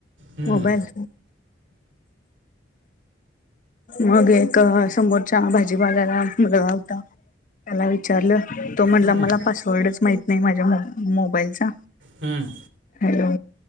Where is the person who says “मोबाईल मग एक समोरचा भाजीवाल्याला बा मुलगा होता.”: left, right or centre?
Left